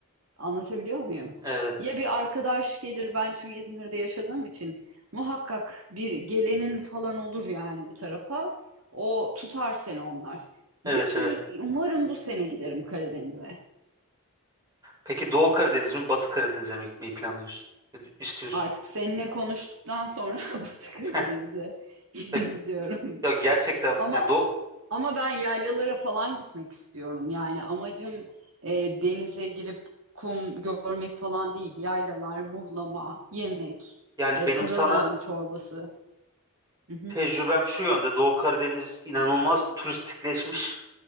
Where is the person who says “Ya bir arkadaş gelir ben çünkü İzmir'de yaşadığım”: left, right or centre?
Right